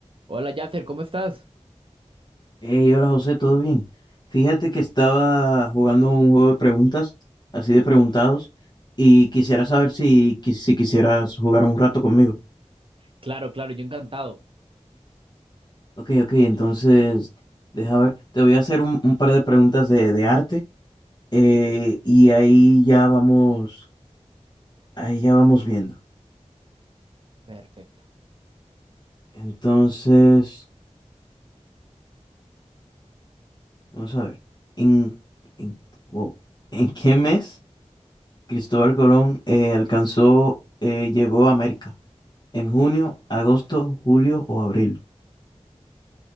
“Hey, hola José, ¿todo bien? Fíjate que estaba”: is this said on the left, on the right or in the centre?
Left